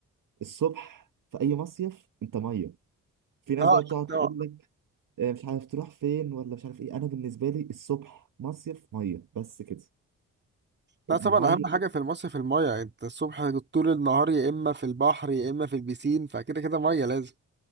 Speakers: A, on the right (about 60°); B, on the right (about 30°).
A: الصبح في اي مصيف انت ميه في ناس
B: اه
A: بقى بتقعد تقول
B: اه
A: لك آه، مش عارف تروح فين ولا مش عارف ايه انا بالنسبه لي الصبح مصيف ميه بس كده
B: لا
A: الميه
B: طبعا اهم حاجه في المصيف الميه انت الصبح طول النهار يا اما في البحر يا اما في البسين فكده كده ميه لازم